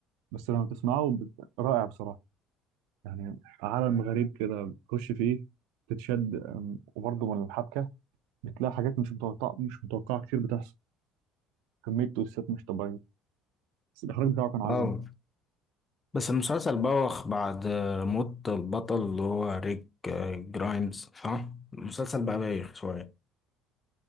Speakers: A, on the right; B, on the left.
A: بس لما تسمعه بت- رائع بصراحه يعني عالم غريب كده بتخش فيه تتشد آم، وبرضه من الحبكه بتلاقي حاجات مش متوقعه مش متوقعه كتير بتحصل كميه تويستات مش طبيعيه بس الاخراج بتاعه كان عظمه
B: اه بس المسلسل بوخ بعد موت البطل اللي هو ريك آه، جرايمز صح المسلسل بقى بايخ شوية